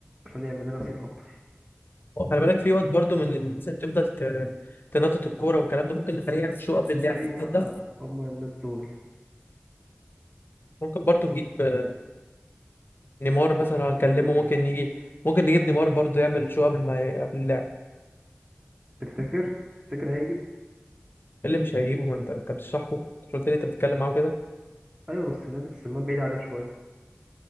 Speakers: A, on the right; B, on the left.
A: عشان يعمل لنا صيت اكتر
B: وخلي بالك في وقت برضه من الناس اللي بتفضل ت- تنطط الكورة والكلام ده ممكن نخليه يعمل شو قبل اللعب
A: ايوه
B: ده
A: هما الناس دول
B: ممكن برضه نجيب آه، نيمار مثلا
A: ممكن
B: لو
A: يعمل
B: هنكلمه
A: نصوحي
B: ممكن
A: مثلا
B: يجي ممكن نجيب نيمار برضه يعمل شو قبل ما قبل اللعب
A: تفتكر تفتكر هيجي
B: إيه اللي مش هيجيبه ما انت انت مش صاحبه مش قلت لي انت بتتكلم معاه كده
A: ايوه بس نازل السمان بعيد عليه شويه